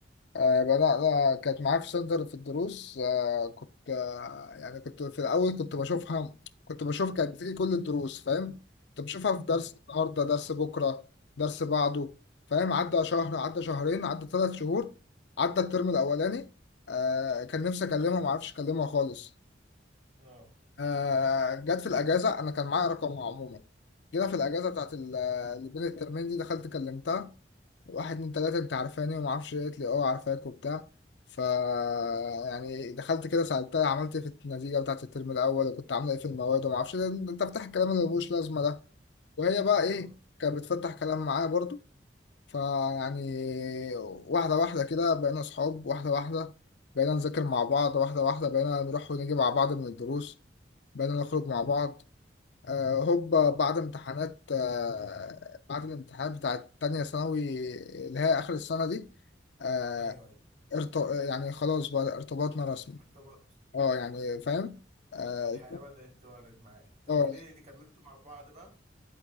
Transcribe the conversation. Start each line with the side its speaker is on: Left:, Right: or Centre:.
Left: آه، بدأنا كانت معايا في صدر في الدروس آه، كنت آه، يعني كنت في الأول كنت بشوفها كنت بشوف كانت بتيجي كل الدروس فاهم كنت بشوفها في درس
Right: ايوه
Left: النهاردة درس بكرة درس بعده فاهم عدى شهر عدى شهرين عدى ثلاث شهور عدى الترم الأولاني آه، كان نفسي أكلمها معرفش أكلمها خالص
Right: اه
Left: آه، جت في الأجازة أنا كان معايا رقمها عموما جينا في الأجازة بتاعت ال- اللي بين الترمين دي دخلت كلمتها واحد من ثلاثة انت عارفاني وما اعرفش ايه قالت لي اه عارفاك وبتاع ف يعني دخلت كده سألتها عملت ايه في النتيجة بتاعت الترم الأول وكنت عاملة ايه في المواد وما اعرفش ايه انت تفتح الكلام اللي ملوش لازمة ده وهي بقى ايه
Right: امم
Left: كانت بتفتح كلام معايا برضو فيعني واحدة واحدة كده بقينا صحاب واحدة واحدة بقينا نذاكر مع بعض واحدة واحدة بقينا نروح ونيجي مع بعض من الدروس بقينا نخرج مع بعض آه، هوبا بعد امتحانات آه، بعد الامتحانات بتاعت تانية ثانوي اللي هي آخر السنة دي آه،
Right: ايوه ايوه
Left: ارت... يعني خلاص بقى ارتباطنا رسمي
Right: ارتبطت
Left: اه يعني فاهم اه
Right: الحياه بدات توارد معاك طب
Left: آه،
Right: وليه كملتوا مع بعض بقى